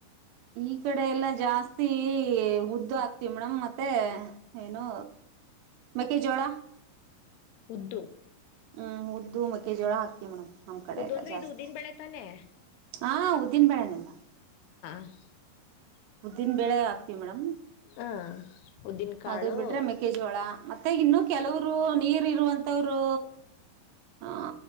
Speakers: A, on the right; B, on the left.
A: ಈ ಕಡೆ ಎಲ್ಲಾ ಜಾಸ್ತಿ ಉದ್ದು ಹಾಕ್ತಿವಿ ಮೇಡಮ್ ಮತ್ತೆ ಏನು ಮೆಕ್ಕೆಜೋಳ
B: ಉದ್ದು
A: ಹ್ಮ್ ಉದ್ದು ಮಕ್ಕೆ ಜೋಳ ಹಾಕ್ ತಿವಿ ಮೇಡಮ್ ನಮ್ ಕಡೆ
B: ಉದ್ದು
A: ಎಲ್ಲ
B: ಅಂದ್ರೆ
A: ಜಾಸ್ತಿ
B: ಇದು ಉದ್ದಿನ ಬೆಳೆ ತಾನೆ
A: ಹಾ ಉದ್ದಿನ್ ಬೇಳೆ ನೆ ಮೆಡಮ್.
B: <inaudible>
A: ಉದ್ದಿನ್ ಬೇಳೆ ಹಾಕ್ತಿವಿ ಮೇಡಮ್.
B: ಆ ಉದ್ದಿನ ಕಾಳು
A: ಅದು ಬಿಟ್ರೆ ಮೆಕ್ಕೆ ಜೋಳ ಮತ್ ತ್ತೆ ಇನ್ನು ಕೆಲವರು ನೀರ್ ಇರುವಂತವ್ರು ಹಾ